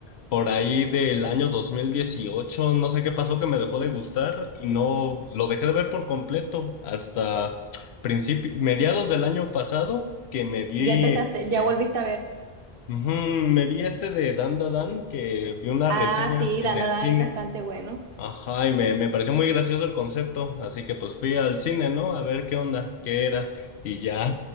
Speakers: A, on the left; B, on the right.
A: por ahí del año 2018 no sé qué pasó que me dejó de gustar y no lo dejé de ver por completo hasta principi- mediados del año pasado que me vi
B: Ya empezaste,
A: este,
B: ya volviste a ver.
A: ujú, me vi este de Dan Da Dan que vi una
B: Ah,
A: reseña
B: sí,
A: en
B: Dandadan
A: el cine.
B: es bastante bueno.
A: Ajá, y me, me pareció muy gracioso el concepto, así que pues fui al cine, ¿no? A ver qué onda, qué era, y ya,